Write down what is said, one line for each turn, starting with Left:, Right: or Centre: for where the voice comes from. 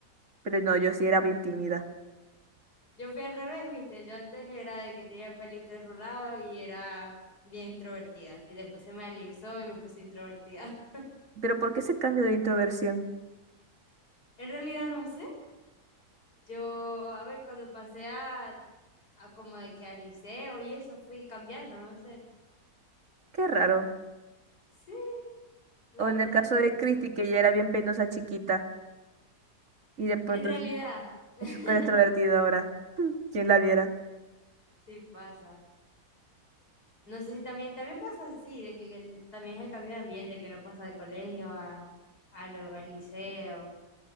Right: Pero no, yo sí era bien tímida.
Left: Yo fui al revés, viste, yo antes era de que tenía el pelito enrulado y era bien extrovertida. Y después se me alisó y me puse introvertida. <laughs>
Right: Pero ¿por qué ese cambio de introversión?
Left: En realidad no sé, yo, a ver, cuando pasé a Ah, como de que al liceo y eso fui cambiando, no sé.
Right: Qué raro.
Left: Sí, la
Right: O en
Left: verdad
Right: el caso
Left: no sé
Right: de
Left: por qué.
Right: Christy, que ella era bien penosa chiquita y de pronto
Left: En realidad,
Right: es
Left: <laughs>
Right: es súper extrovertida ahora. <laughs> ¿Quién la viera?
Left: sí pasa. No sé si también, también pasa así, de que el- también es el cambio de ambiente, que uno pasa de colegio a, a lo- al liceo.